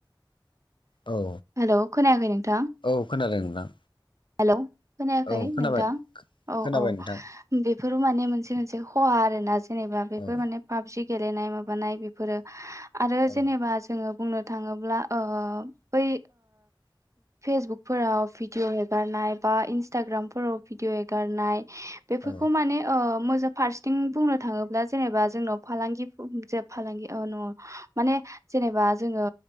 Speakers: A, on the left; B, on the right.
A: औ
B: हेल' खोनायाखै नोंथां?
A: औ खोनादों नोंथां
B: हेल' खोनायाखै
A: औ खोनाबाय
B: नोंथां औ-औ
A: खोनाबाय नोंथां
B: बेफोर माने मोनसे मोनसे खहा आरो ना जेनेबा बेफोर
A: औ
B: माने पाबजि गेलेनाय माबानाय बेफोरो आरो
A: औ
B: जेनेबा जोङो बुंनो थाङोब्ला बै फेसबुकफोराव भिडिअ' बारनाय बा इन्सटाग्रामफोराव भिडिअ हगारनाय बेफोरखौ
A: औ
B: माने मोजां फारसेथिं बुंनो थाङोब्ला जेनेबा जोंनाव फालांगि जे फालांगि नङा माने जेनेबा जोङो